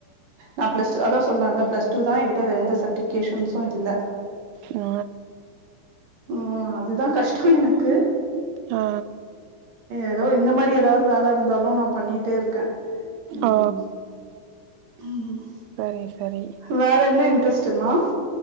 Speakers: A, on the right (about 65°); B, on the right (about 80°).
A: நா பிளஸ்டூ அதா சொல்ரல்ல பிளஸ்டூ தான் என்கிட்ட எந்த சர்டிபிகேஷன்ஸும் இல்ல
B: ஓ
A: உம் அதுதா கஷ்டோ எனக்கு
B: ஆ
A: ஏதோ இந்த மாரி ஏதாது வேல இருந்தாலு நா பண்ணிட்டே இர்க்கே உம்
B: ஓ
A: உம்
B: செரிங்க செரி
A: வேற என்ன இன்ட்ரெஸ்ட்டுமா